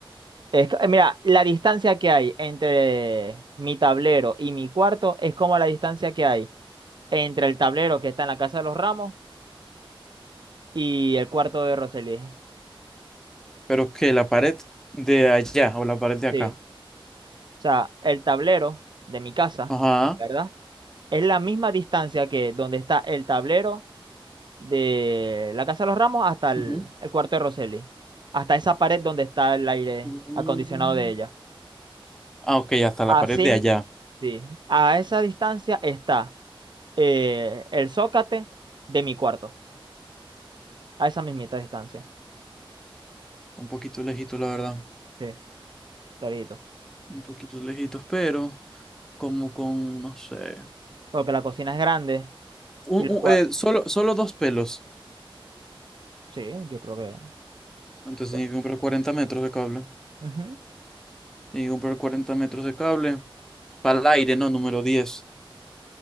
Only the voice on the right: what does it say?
es co- eh, mira, la distancia que hay entre mi tablero y mi cuarto es como la distancia que hay entre el tablero que está en la Casa de los Ramos y el cuarto de Roseli.
Sí. O sea, el tablero de mi casa,
¿verdad? Es la misma distancia que donde está el tablero de la Casa de los Ramos hasta el,
el cuarto de Roseli. Hasta esa pared donde está el aire
acondicionado de ella.
Así,
mi-
sí. A esa distancia está. eh, el zócate de mi cuarto, a esa mismita distancia.
Sí, clarito.
Porque la cocina es grande
y los
cuartos.
Sí, yo creo que
dos.
Ujú.